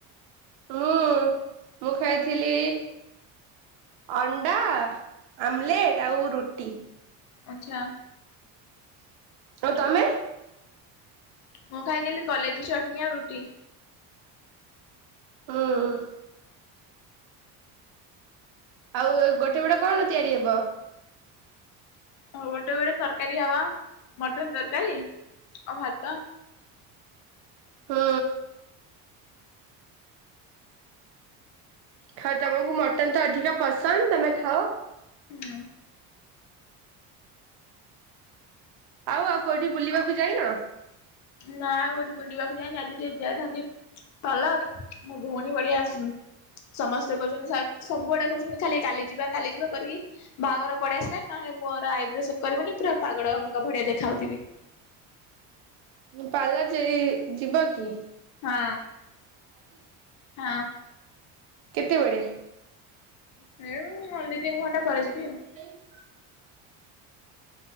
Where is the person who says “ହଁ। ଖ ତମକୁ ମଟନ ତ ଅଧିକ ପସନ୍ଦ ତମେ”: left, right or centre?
Right